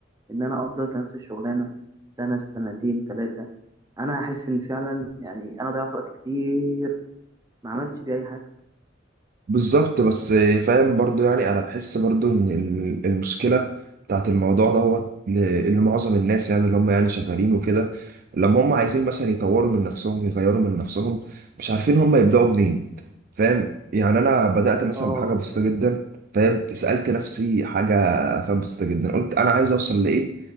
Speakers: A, on the right; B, on the right.
A: ان انا افضل في نفس الشغلانه سنه سنتين ثلاثه انا هحس ان فعلا يعني انا ضيعت وقت كتير ما عملتش بيه اي حاجه
B: بالظبط بس آه، فاهم برضو يعني انا بحس برضو ان ال- المشكلة بتاعت الموضوع دوت ل- اللي معظم الناس يعني اللي هم يعني شغالين وكده لما هم عايزين مثلا يطوروا من نفسهم ويغيروا من نفسهم مش عارفين هم يبدأوا منين فاهم يعني انا بدات مثلا
A: اه
B: بحاجه بسيطه جدا فاهم سالت نفسي حاجه فاهم بسيطه جدا قلت انا عايز اوصل لايه